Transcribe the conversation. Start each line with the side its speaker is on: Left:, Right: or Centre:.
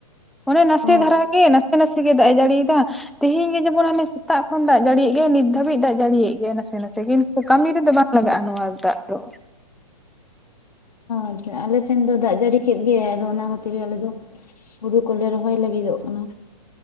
Centre: ᱚᱱᱮ ᱱᱟᱥᱮ
Left: ᱚ
Centre: ᱫᱷᱷᱟᱨᱟ ᱜᱮ ᱱᱟ ᱱᱟᱥᱮ ᱱᱟᱥᱮ ᱜᱮ ᱫᱟᱜ ᱮ ᱡᱟᱹᱲᱤᱭᱮᱫᱫᱟ ᱛᱮᱦᱤᱧ ᱜᱮ ᱡᱮᱢᱚᱱ ᱦᱟᱱᱮ ᱥᱮᱛᱟᱜ ᱠᱷᱚᱱ ᱫᱟᱜ ᱡᱟᱲᱤᱭᱟᱜ ᱜᱮᱭᱟᱤᱛ ᱫᱷᱟᱹᱵᱤᱡ ᱫᱟᱜ ᱡᱟᱹᱲᱤᱭᱟᱜ ᱜᱮᱭᱟ, ᱱᱟᱥᱮ ᱱᱟᱥᱮ ᱠᱤᱱᱛᱩ ᱠᱟᱹᱢᱤ ᱨᱮᱫᱚ ᱵᱟᱝ ᱞᱟᱜᱟᱜᱼᱟ ᱱᱚᱣᱟ ᱫᱟᱜ ᱫᱚ,
Left: ᱟᱪᱪᱷᱟ ᱟᱞᱮ ᱥᱮᱱ ᱫᱚ ᱫᱟᱜ ᱡᱟᱹᱲᱤ ᱠᱮᱫ ᱜᱮᱭᱟᱭ ᱟᱫᱚ ᱚᱱᱟ ᱠᱷᱟᱹᱛᱤᱨ ᱟᱞᱮ ᱫᱚ, ᱦᱩᱲᱩ ᱠᱚᱞᱮ ᱨᱚᱦᱚᱭ ᱞᱟᱹᱜᱤᱫᱚᱜ ᱠᱟᱱᱟ,